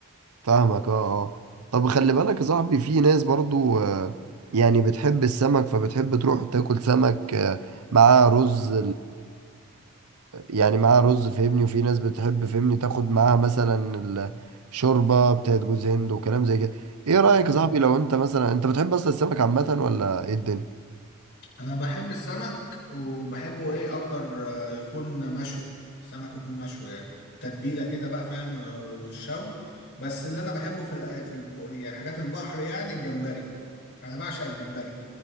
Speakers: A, on the right (about 85°); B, on the left (about 50°).
A: فاهمك اه اه طب خلي بالك يا صاحبي في ناس برضو آه، يعني بتحب السمك فبتحب تروح تاكل سمك آه، مع رز يعني معاها رز فهمني وفي ناس بتحب فهمني تاخد معاها مثلا الشوربة بتاعت جوز هند وكلام زي كده ايه رأيك
B: مم.
A: يا صاحبي لو انت مثلا انت بتحب اصلا السمك عامة ولا ايه الدنيا
B: أنا بحب السمك وبحبه إيه أكتر آه، يكون مشوي السمك يكون مشوي يعني تتبيلة كده بقى فاهم آه، والشوي بس اللي أنا بحبه في الأ- في الب- يعني حاجات البحر يعني الجمبري أنا بعشق الجمبري